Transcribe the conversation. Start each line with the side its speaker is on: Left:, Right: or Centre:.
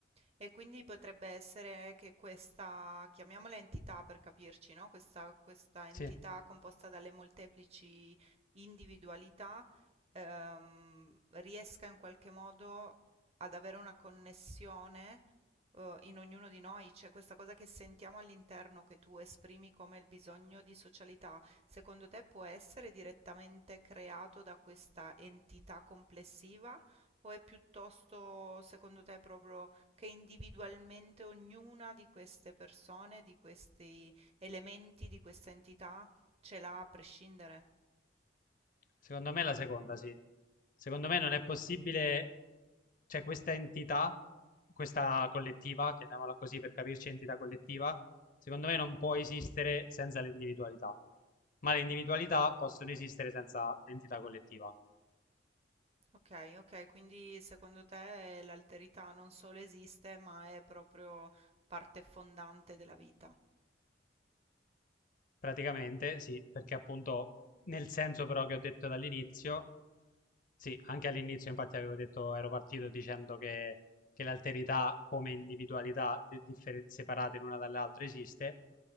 Right: E quindi potrebbe essere che questa, chiamiamola entità per capirci, no? Questa, questa entità
Left: Sì.
Right: composta dalle molteplici individualità ehm, riesca in qualche modo ad avere una connessione eh, in ognuno di noi, c'è questa cosa che sentiamo all'interno che tu esprimi come il bisogno di socialità, secondo te può essere direttamente creato da questa entità complessiva O è piuttosto, secondo te, proprio che individualmente ognuna di queste persone, di questi elementi, di questa entità ce l'ha a prescindere?
Left: Secondo me è la seconda, sì. Secondo me non è possibile, cioè questa entità, questa collettiva, chiamiamola così per capirci, entità collettiva, secondo me non può esistere senza l'individualità, ma le individualità possono esistere senza l'entità collettiva.
Right: Ok, ok, quindi secondo te l'alterità non solo esiste, ma è proprio parte fondante della vita.
Left: Praticamente sì, perché appunto nel senso però che ho detto dall'inizio, Sì, anche all'inizio infatti avevo detto, ero partito dicendo che, che l'alterità come individualità di- differ- separate l'una dall'altra esiste,